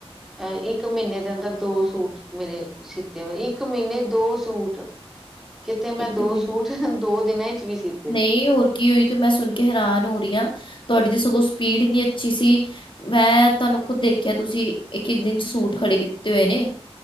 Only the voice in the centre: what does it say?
ਅ ਇੱਕ ਮਹੀਨੇ ਦੇ ਅੰਦਰ ਦੋ ਸੂਟ ਮੇਰੇ ਸਿੱਤੇ ਹੋਏ ਇੱਕ ਮਹੀਨੇ ਦੋ ਸੂਟ ਕਿਤੇ ਮੈਂ
ਦੋ
ਸੂਟ ਦੋਦਿਨਾਂ ਵਿੱਚ ਵੀ ਸੀ-